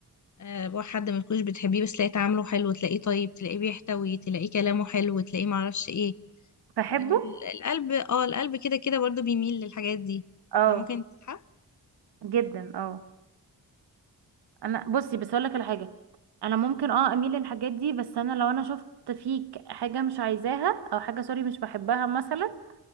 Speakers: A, on the left; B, on the right.
A: آه، بقى حد ما تكونش بتحبيه بس تلاقيه تعامله حلو تلاقيه طيب تلاقيه بيحتوي تلاقيه كلامه حلو تلاقيه معرفش ايه
B: بحبه
A: ال- القلب اه القلب كده كده برضه بيميل للحاجات دي
B: اه
A: فممكن تتحب
B: جدا اه انا بصي بس اقول لك على حاجه انا ممكن اه اميل للحاجات دي بس انا لو انا شفت فيك حاجه مش عايزاها او حاجه سوري مش بحبها مثلا